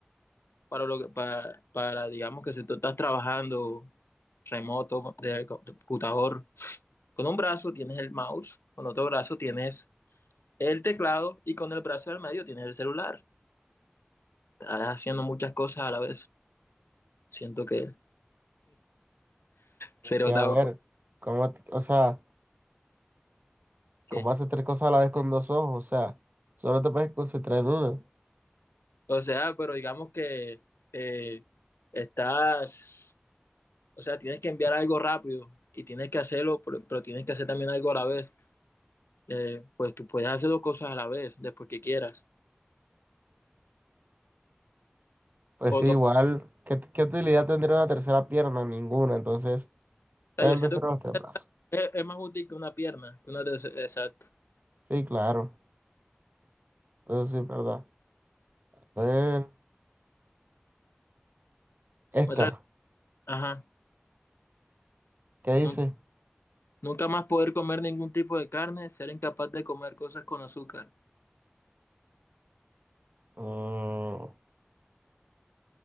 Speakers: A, on the left; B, on the right.
A: para lo que, para, para, digamos que si tú estás trabajando remoto, de computador, Con un brazo tienes el mouse, con otro brazo tienes el teclado y con el brazo del medio tienes el celular. Estás haciendo muchas cosas a la vez. Siento que
B: Porque,
A: sería otra-
B: a ver, ¿cómo, t- o sea,
A: que,
B: cómo haces tres cosas a la vez con dos ojos? O sea, solo te puedes concentrar en uno.
A: o sea, pero digamos que eh, estás, o sea, tienes que enviar algo rápido y tienes que hacerlo, pero, pero tienes que hacer también algo a la vez. Eh, pues tú puedes hacer dos cosas a la vez, después que quieras.
B: Pues
A: O,
B: sí,
A: tú-
B: igual,
A: o
B: ¿qué, qué utilidad tendría una tercera pierna? Ninguna, entonces
A: sea,
B: también
A: yo siento
B: prefiero
A: que
B: los tres brazos.
A: es, es más útil que una pierna, que una de- exacto.
B: Sí, claro, eso sí es verdad. A ver, esta,
A: Otra- ajá.
B: ¿qué dice?
A: no, Nunca más poder comer ningún tipo de carne, ser incapaz de comer cosas con azúcar.
B: Mm,